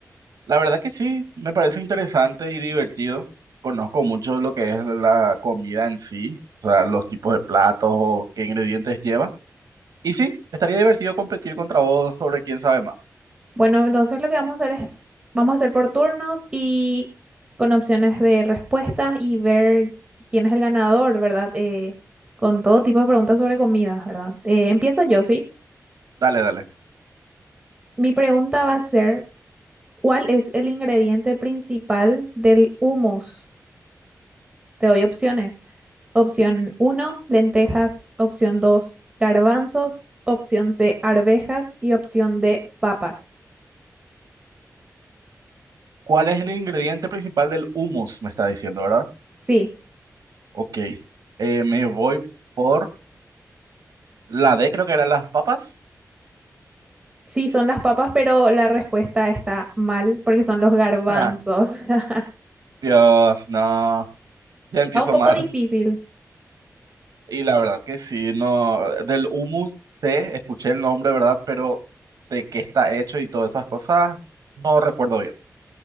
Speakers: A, on the right; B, on the right.
A: La verdad que sí, me parece interesante y divertido. Conozco mucho lo que es la comida en sí, o sea, los tipos de platos o qué ingredientes lleva. Y sí, estaría divertido competir contra vos sobre quién sabe más.
B: Bueno, entonces lo que vamos a hacer es, vamos a hacer por turnos y con opciones de respuestas y ver quién es el ganador, ¿verdad? Eh, con todo tipo de preguntas sobre comidas, ¿verdad? Eh, empiezo yo, ¿sí?
A: Dale, dale.
B: Mi pregunta va a ser, ¿cuál es el ingrediente principal del hummus? Te doy opciones. Opción uno lentejas. Opción dos garbanzos. Opción C, arvejas. Y opción D, papas.
A: ¿Cuál es el ingrediente principal del hummus? Me está diciendo, ¿verdad?
B: Sí.
A: Ok. Eh, me voy por la D, creo que eran las papas.
B: Sí, son las papas, pero la respuesta está mal porque son los garbanzos.
A: <laughs>
B: <laughs>
A: Dios, no. Ya empiezo
B: Está un poco
A: mal.
B: difícil.
A: Y la verdad que sí, no, del humus té, escuché el nombre, ¿verdad? Pero de qué está hecho y todas esas cosas, no recuerdo bien.